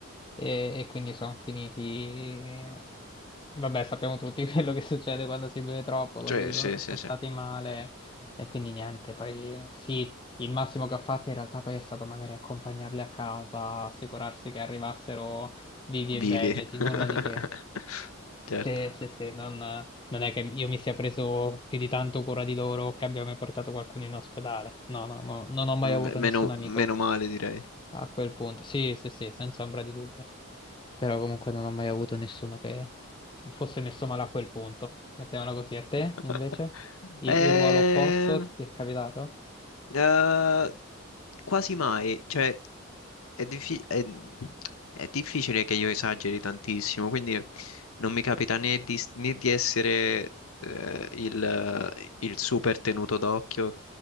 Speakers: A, on the left (about 20°); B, on the left (about 80°).
A: e, e quindi sono finiti... Vabbè, sappiamo tutti <laughs> quello che succede quando si beve troppo, così
B: Cioè,
A: sono,
B: sì,
A: sono
B: sì, sì.
A: stati male e quindi niente, poi sì, il massimo che ho fatto in realtà poi è stato magari accompagnarli a casa, assicurarsi che arrivassero vivi
B: Vivi.
A: e vegeti,
B: <laughs>
A: nulla di che.
B: Certo.
A: Se, se, se, non, non è che io mi sia preso più di tanto cura di loro o che abbia mai portato qualcuno in ospedale. No, no, no, non ho mai
B: M-
A: avuto
B: meno,
A: nessun amico
B: meno male, direi.
A: a quel punto. Sì, sì, sì, senza ombra di dubbio. Però comunque non ho mai avuto nessuno che fosse messo male a quel punto. Mettiamola così. A te,
B: <laughs>
A: invece? Il,
B: Eh,
A: il ruolo opposto ti è capitato?
B: eh, quasi mai, cioè è, diffi- è- è difficile che io esageri tantissimo, quindi non mi capita né di, né di essere eh, il, il super tenuto d'occhio,